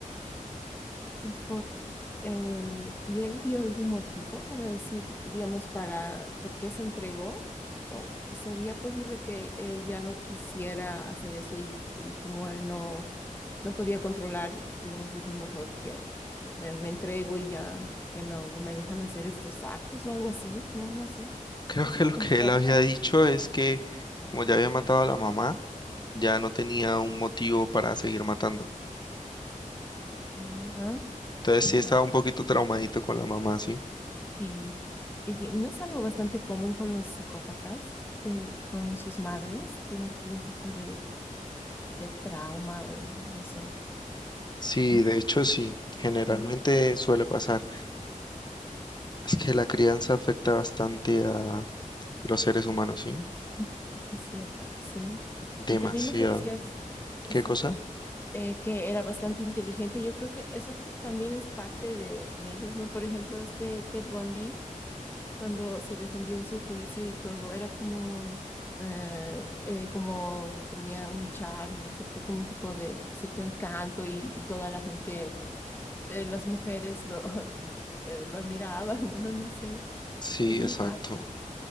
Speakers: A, on the left (about 15°); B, on the left (about 30°).
A: Y, por- eh, ¿y él dio algún motivo para decir, digamos, para por qué se entregó? ¿O sería posible que eh, ya no quisiera hacer eso y, y como él no no podía controlar, digamos, dijo mejor que me, me entrego y ya, ya no, no me dejan hacer estos actos o algo así, no, no sé,
B: Creo
A: ¿qué se
B: que lo que
A: entregaría?
B: él había dicho es que como ya había matado a la mamá, ya no tenía un motivo para seguir matando.
A: Ajá,
B: Entonces
A: ya.
B: sí estaba un poquito traumadito con la mamá, sí.
A: Y, y no es algo bastante común con los psicópatas, que con sus madres tienen algún tipo de, de trauma o no sé.
B: Sí,
A: <laughs>
B: de hecho sí, generalmente
A: Mm,
B: suele pasar. Es que la crianza afecta bastante a los seres humanos, sí.
A: mm, Es cierto, sí.
B: Demasiado.
A: Y también lo que decías, eso.
B: ¿Qué cosa?
A: eh, que era bastante inteligente. Yo creo que eso también es parte de, de ellos, ¿no? Por ejemplo, este Ted Bundy, cuando se defendió en su juicio y todo, era como, eh, eh, como tenía un charme, ¿no es cierto? Como un tipo de cierto encanto y, y toda la gente, eh, las mujeres lo, <laughs> eh, lo admiraban, <laughs> bueno, no sé,
B: Sí,
A: es muy
B: exacto.
A: raro.